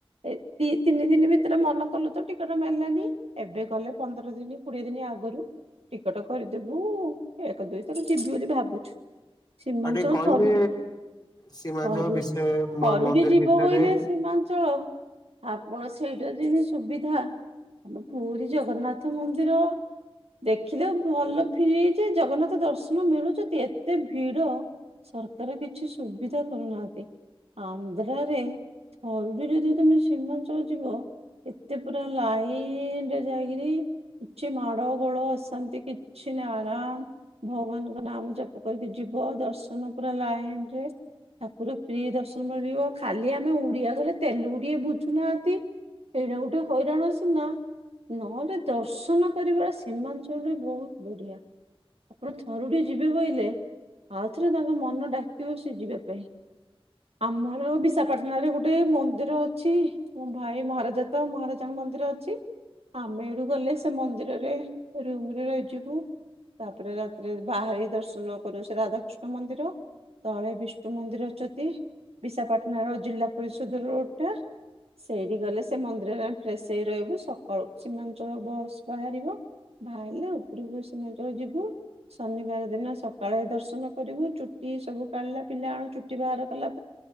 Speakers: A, on the right; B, on the left.
A: ଏ ଦ ତିନି ଦିନ ଭିତରେ ମନ କଲୁ ତ ଟିକେଟ ମାରିଲାନି। ଏବେ ଗଲେ ପନ୍ଦର ଦିନ କୋଡିଏ ଦିନ ଆଗରୁ। ଟିକଟ କରିଦେବୁ ଏକ ଦୁଇ ତାକୁ ଯିବି ବୋଲି ଭାବୁଛୁ। ସିମା
B: ଆଉ ଟିକେ
A: ଚଲ
B: କହିଲେ
A: ଥର।
B: ସୀମାଞ୍ଚଳ ବିଷୟ ମ
A: ହରୁଟିି
B: ମନ୍ଦିର
A: ଯିବ
B: ବିଷୟରେ।
A: କହିଲେ ସୀମାଞ୍ଚଳ ଆପଣ ସେଇଟା ଯି ସୁବିଧା ଆମ ପୁରୀ ଜଗନ୍ନାଥ ମନ୍ଦିର ଦେଖିଲେ ଭଲ ଫ ଯେ ଜଗନ୍ନାଥ ଦର୍ଶନ ମିଳୁଛନ୍ତି, ଏତେ ଭିଡ! ସରକାର କିଛି ସୁବିଧା କରୁନାହାନ୍ତି। ଆନ୍ଧ୍ରରେ ଥରୁଡି ଯଦି ତମେ ସୀମାଞ୍ଚଳ ଯିବ ଏତେ ପୁରା ଲାଇନରେ ଯାଇକିରି କିଛି ମା ଗଳ ଅସନ୍ତି କିଛିିନ ଆରାମ। ଭଗବାନଙ୍କ ନାମ ଜପ କରିକି ଯିବ ଦର୍ଶନ ପୁର ଲାଇନ ରେ ଠାକୁର ପ୍ରି ଦର୍ଶନ କରିବ ଖାଲି ଆମେ ଓଡିଆ ଗଲେ ତେଲୁଗୁଡିଏ ବୁଝୁନାହାନ୍ତି। ଏଇଟା ଗୋଟେ ହଇରାଣ ଅଛି ନା। ନହେଲେ ଦର୍ଶନ କରିବା ସୀମାଞ୍ଚଳରେ ବହୁତ ବଢ଼ିଆ। ଆପଣ ଥରୁଟିଏ ଯିବେ ବହିଲେ ଆଉଥରେ ତାଙ୍କ ମନ ଡାକିବ ସେ ଯିବା ପାଇଁ। ଆମର ବିଶାଖପାଟଣାରେ ଗୋଟେ ମନ୍ଦିର ଅଛି। ମଁ ଭାଇ ମହାରାଜା ତ ମହାରାଜାଙ୍କ ମନ୍ଦିର ଅଛି। ଆମେ ଏଠୁ ଗଲେ ସେ ମନ୍ଦିରରେ ରୁମରେ ରହିଯିବୁ। ତାପରେ ରାତିରେ ବାହାରି ଦର୍ଶନ କରୁ ସେ ରାଧାକୃଷ୍ଣ ମନ୍ଦିର। ତଳେ ବିଷ୍ଣୁ ମନ୍ଦିର ଅଛନ୍ତି ବିଶାଖପାଟଣା ର ଜିଲ୍ଲା ପରିଷଦ ରୋଡଟା। ସେଇଠି ଗଲେ ସେ ମନ୍ଦିରରେ ଫ୍ରେସ ହେଇ ରହିବୁ ସକାଳୁ ସୀମାଞ୍ଚଳ ବସ୍ ବାହାରିବ। ବାହାରିଲା ଉପରକୁ ସ ନଜର ଯିବୁ। ଶନିବାର ଦିନ ସକାଳେ ଦର୍ଶନ କରିବୁ ଚୁଟି ସବୁ କାଢିଲା ପିଲା କଣ ଚୁଟି ବାହାର କଲା।